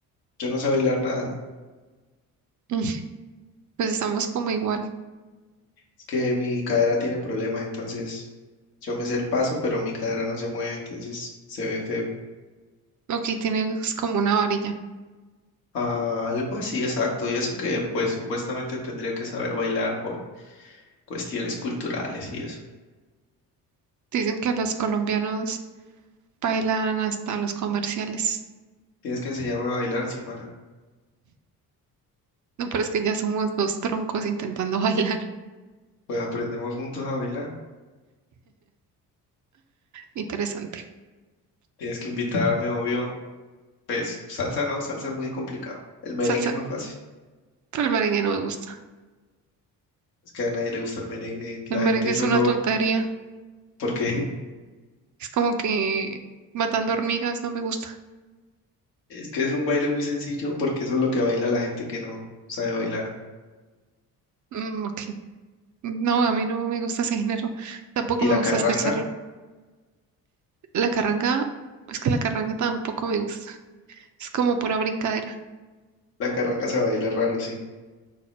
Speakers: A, on the left; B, on the right.
A: Yo no sé bailar nada.
B: Mm, Pues estamos como igual.
A: Es que mi cadera tiene problemas, entonces yo me sé el paso, pero mi cadera no se mueve, entonces se ve feo.
B: Ok, tienes como una varilla.
A: Ah, algo así, exacto. Y eso que pues supuestamente tendría que saber bailar por cuestiones culturales y eso.
B: Dicen que los colombianos bailan hasta los comerciales.
A: Tienes que enseñarme a bailar, Xiomara.
B: No, pero es que ya somos dos troncos intentando <laughs> bailar.
A: Pues aprendemos juntos a bailar.
B: Interesante.
A: Tienes que invitarme, obvio. Pues salsa no, salsa es muy complicado. El merengue
B: Salsa,
A: es más fácil.
B: pero el merengue no me gusta.
A: Es que a nadie le gusta el merengue,
B: El
A: la
B: merengue
A: gente solo,
B: es una tontería.
A: porque <laughs>
B: Es como que matando hormigas, no me gusta.
A: es que es un baile muy sencillo, porque eso es lo que baila la gente que no sabe bailar.
B: Mm, ok. No, a mí no me gusta ese género. Tampoco
A: Y
B: me
A: la
B: gusta
A: carranga,
B: escuchar la carranga. Es que la carranga tampoco me gusta. Es como pura brincadera.
A: la carranga se baila raro, sí.